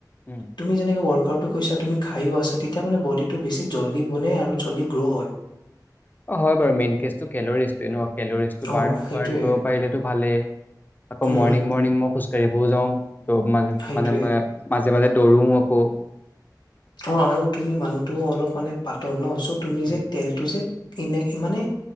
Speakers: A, on the left; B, on the left.
A: উম।
B: তুমি যেনেকে ৱৰ্ক। কৈছা তুমি খায়য়ো আছা তেতিয়া মানে বডি। টো বেছি জল্দি বনে আৰু জল্দি গ্ৰ' হয়।
A: অ হয় বাৰু মেইন কেচটো কেলৰিজোৱে নেলৰিজটো
B: অ' সেইটোৱে।
A: বাৰ্ণ কৰিব পাৰিলেতটো ভালেই। আকৌ
B: উম,
A: মৰ্ণিং মৰ্ণিং মই খোজঢ়ো। কাঢ়িব যাওঁ। মান
B: সেইটোৱে।
A: মানে মই যে মাজে দৌৰো আকৌ
B: অ আৰু তুমি মানুহটো অলপ মানে পাতল ন চত, তুমি
A: উম,
B: যে তেলটো যে এনে মানে